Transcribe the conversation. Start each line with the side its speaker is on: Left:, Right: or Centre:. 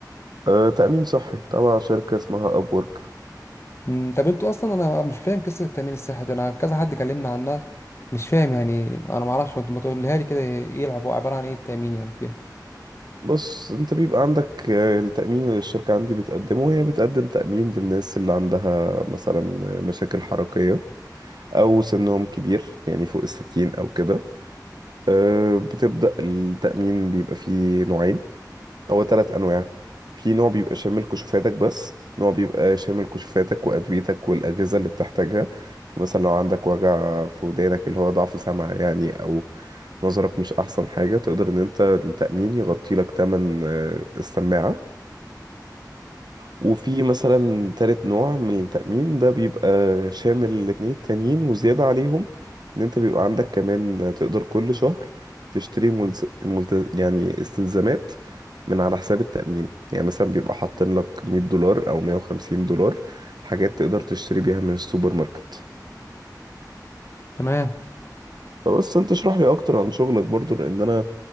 Right: آه، تأمين صحي تبع شركة اسمها ابورك
Left: مم، طب انتوا اصلا انا مش فاهم قصه التامين الصحي دي انا كذا حد كلمنا عنها مش فاهم يعني انا ما اعرفش ما تقولها لي كده يلعبوا عباره عن ايه التامين يعني فيها
Right: بص انت بيبقى عندك آه، التأمين اللي الشركة عندي بتقدمه هي بتقدم تأمين للناس اللي عندها مثلا مشاكل حركية أو سنهم كبير يعني فوق الستين أو كده آه، بتبدأ التأمين بيبقى فيه نوعين هو تلات انواع في نوع بيبقى شامل كشوفاتك بس نوع بيبقى شامل كشوفاتك وادويتك والاجهزه اللي بتحتاجها مثلا لو عندك وجع في ودانك اللي هو ضعف سمع يعني او نظرك مش احسن حاجه تقدر ان انت التامين يغطي لك تمن آه، السماعه وفي مثلا تالت نوع من التأمين ده بيبقى شامل الاتنين التانيين وزيادة عليهم ان انت بيبقى عندك كمان تقدر كل شهر تشتري ملز... ملت... يعني استلزامات من على حساب التأمين يعني مثلا بيبقى حاطين لك 100 دولار او 150 دولار حاجات تقدر تشتري بيها من السوبر ماركت
Left: تمام
Right: فبس انت اشرح لي اكتر عن شغلك برضو لان انا